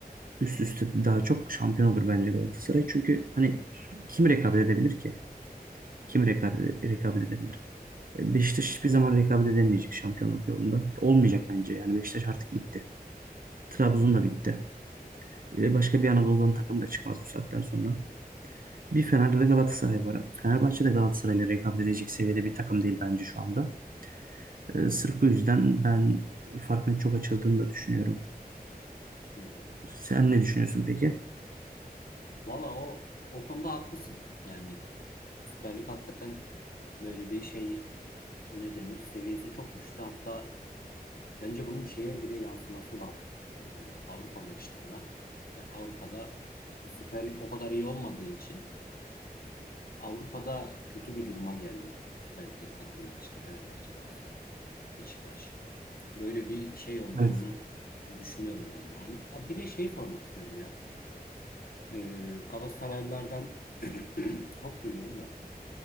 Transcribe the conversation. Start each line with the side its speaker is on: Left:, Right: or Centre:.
Right: üst üste daha çok şampiyon olur bence Galatasaray. Çünkü hani kim rekabet edebilir ki? Kim rekabet, rekabet edebilir? E,
Left: Hı hı.
Right: Beşiktaş hiçbir zaman rekabet edemeyecek şampiyonluk yolunda. Olmayacak bence. Yani Beşiktaş artık bitti. Trabzon da bitti. E, Başka bir Anadolu'dan takım da çıkmaz bu saatten sonra. Bir Fener'de
Left: Yani,
Right: de Galatasaray var. Fenerbahçe de Galatasaray'la rekabet edecek seviyede bir takım değil bence şu anda. E, Sırf bu yüzden ben farkın çok açıldığını da düşünüyorum.
Left: hı hı.
Right: Sen ne düşünüyorsun peki?
Left: Valla o o konuda haklısın. Yani Süper Lig hakikaten böyle bir şey ne denir? Seviyesi çok düştü. Hatta bence bunun şeye bile yansıması var. E, Avrupa maçlarına. Yani Avrupa'da Süper Lig o kadar iyi olmadığı için Avrupa'da kötü bir duruma geldi. Süper Lig'deki takımlar işte Fenerbahçe, Galatasaray, Beşiktaş. Böyle bir şey olduğunu
Right: Evet.
Left: düşünüyorum ben yani. Abi Bir de şey sormak istiyorum ya. Ee, Galatasaraylılardan <clears throat> çok duyuyorum da.